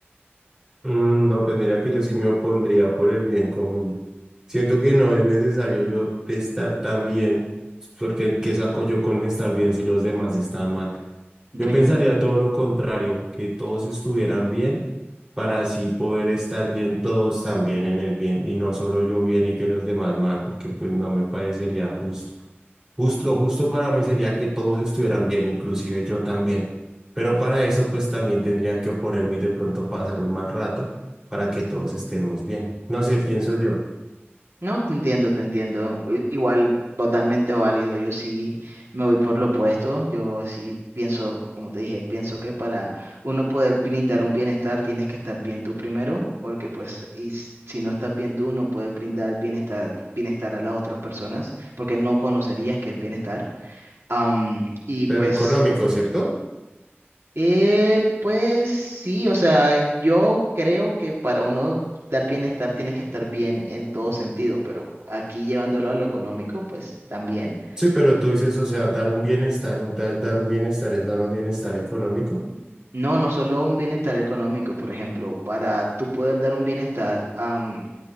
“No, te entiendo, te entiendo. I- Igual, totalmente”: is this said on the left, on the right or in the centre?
Right